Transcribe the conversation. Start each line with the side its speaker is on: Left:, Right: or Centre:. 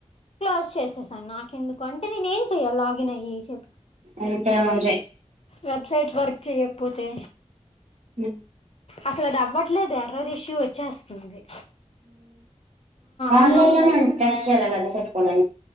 Left: క్లోజ్ చేసే సార్ నాక ఎందుకు అంటే నేను ఏం చెయ్యి లాగిన్ అయ్యి చె
Right: అంతే మండ్రి
Left: వెబ్సైట్స్ వర్క్ చేయ్యకపోతే
Right: మీ
Left: అసలు అవ్వట్లేదు ఎర్రర్ ఇస్సు వచ్చేస్తుంది అది
Right: ఆన్లైన్
Left: అన్నౌన్ ఎర్రర్
Right: కష్ అాల వెసైట్ పోడా